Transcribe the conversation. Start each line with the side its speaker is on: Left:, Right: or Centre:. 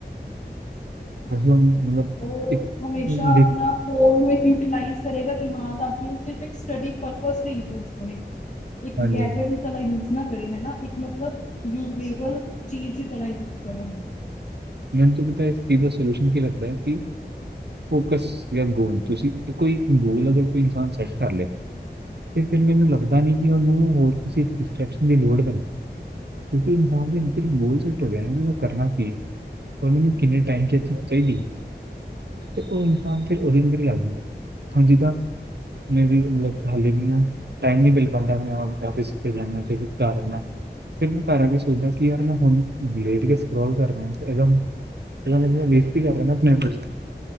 Right: ਤੁਸੀਂ ਹੁਣ ਮਤਲਬ
Left: ਉਹ
Right: ਇੱਕ
Left: ਹਮੇਸ਼ਾ ਆਪਣਾ
Right: ਦੇਖ
Left: ਉਹਨੂੰ ਯੂਟੀਲਾਈਸ ਕਰੇਗਾ ਕਿ ਹਾਂ ਤਾਂ ਕਿ ਸਿਰਫ਼ ਇਕ ਸਟੱਡੀ ਪੁਰਪਸ ਲਈ ਯੂਸ ਕਰੇ। ਇੱਕ
Right: ਹਾਂਜੀ
Left: ਗੈਜਟ
Right: ਹਾਂਜੀ
Left: ਟ ਯੂਜ ਨਾ ਕਰੇ ਹਨਾ ਇੱਕ ਮਤਲਬ ਯੂੇਬਲ ਚੀਜ਼ ਹੀ ਪਹਿਲਾ ਯੂਜ ਕਰੇ।
Right: ਮੇਨੂ ਤੇ ਪਤਾ ਇਸ ਚੀਜ਼ ਦਾ ਸੋਲਿਊਸ਼ਨ ਕੀ ਲੱਗਦਾ ਹੈ ਕਿ ਫੋਕਸ ਜਾਂ ਗੋਲ ਤੁਸੀਂ ਕੋਈ ਗੋਲ ਅਗਰ ਕੋਈ ਇਨਸਾਨ ਸੈੱਟ ਕਰਲੇ। ਤੇ ਫਿਰ ਮੈਨੂੰ ਲੱਗਦਾ ਨਹੀਂ ਕਿ ਉਹਨੂੰ ਹੋਰ ਕਿਸੇ ਡਿਸਟਰ੍ਰੈਕਸ਼ਨ ਦੀ ਲੋੜ ਪੈ ਕਿਉਂਕਿ ਇਨਸਾਨ ਨੇ ਇੱਕ ਵਾਰੀ ਗੋਲ ਸੈਟ ਹੋ ਗਿਆ ਨਾ ਕਰਨਾ ਕੀ ਹੈ। ਪਰ ਮੈਨੂੰ ਕਿੰਨੇ ਟਾਈਮ ਚ ਅਚੀਬ ਚਾਹੀਦੀ ਤੇ ਉਹ ਇਨਸਾਨ ਫਿਰ ਉਹਦੇ ਅੰਦਰ ਹੀ ਆ ਜਾਂਦਾ ਹੁਣ ਜਿੱਦਾਂ ਮੈ ਵੀ ਮਤਲਬ ਹੱਲੇ ਵੀ ਆ ਟਾਈਮ ਨਹੀਂ ਮਿਲ ਪਾਂਦਾ ਆਫਿਸ ਤੇ ਜਾਂਦਾ ਫਿਰ ਘਰ ਆਣਾ। ਫਿਰ ਮੈਂ ਘਰ ਆ ਕੇ ਸੋਚਦਾ ਕਿ ਯਾਰ ਮੈਂ ਹੁਣ ਲੇਟ ਕੇ ਸਕਰੋਲ ਕਰਨਾ। ਪਹਿਲਾ, ਪਹਿਲੇ ਮੈ ਲਿਖਤੀ ਕਰ ਲੈਣਾ ਆਪਣੇ ਐਫੜਸ ਦੀ,